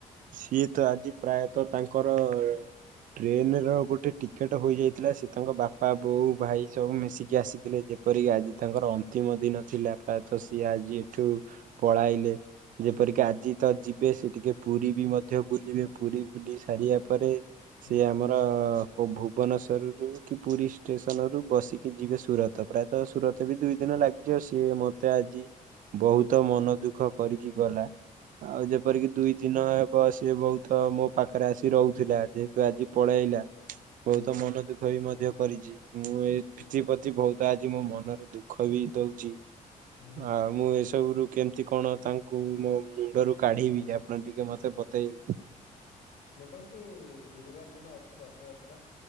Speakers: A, on the right; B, on the left.
A: ସିଏ
B: ହୁଁ
A: ତ ଆଜି ପ୍ରାୟତଃ ତାଙ୍କର ଟ୍ରେନ ର ଗୋଟେ ଟିକେଟ ହୋଇଯାଇଥିଲା ସେ ତାଙ୍କ ବାପା, ବୋଉ, ଭାଇ ସବୁ ମିଶିକି ଆସିଥିଲେ। ଯେପରିକି ଆଜି ତାଙ୍କର ଅନ୍ତିମ ଦିନ ଥିଲା ପ୍ରାୟତଃ ସିଏ ଆଜି ଏଠୁ ପଳାଇଲେ। ଯେପରିକି
B: ହୁଁ
A: ଆଜି ତ ଯିବେ ସେ ଟିକେ ପୁରୀ ବି ମଧ୍ୟ ବୁଲିବେ। ପୁରୀ ବୁଲି ସାରିଆ ପରେ
B: ହୁଁ
A: ସେ ଆମର ପଭୁ ଭୁବନଶ୍ୱରରୁ କି ପୁରୀ ଷ୍ଟେସନ ରୁ ବସିକି ଯିବେ ସୁରଥ ପ୍ରାୟତଃ ସୁରଥ ବି ଦୁଇ ଦିନ ଲାଗିଅ ସିଏ ମତେ ଆଜି ବହୁତ ମନ ଦୁଃଖ କରିକି ଗଲା। ଆଉ
B: ହୁଁ
A: ଯେପରିକି ଦୁଇ ଦିନ ଏପ୍ ସିଏ ବହୁତ ମୋ ପାଖରେ ଆସି ରଉଥିଲା ଯେହେତୁ ଆଜି ପଳାଇଲା
B: ହୁଁ
A: ବହୁତ
B: ହୁଁ।
A: ମନ ଦୁଃଖ ମଧ୍ୟ କରିଚି ମୁଁ ଏଥି ପତି। ଆଜି ମୋ ମନରେ ଦୁଃଖ ବି ଦଉଚି
B: ହୁଁ
A: ଆଉ ମୁଁ ଏସବୁରୁ କେମିତି କଣ ତାଙ୍କୁ ମୋ ମୁଣ୍ଡରୁ କାଢିବି ଆପଣ ଟିକେ ମତେ ବତେଇବେ।
B: ଦେଖନ୍ତୁ ଗୁରୁବାର ଦିନ ଅଛି ରଥଯାତ୍ରା।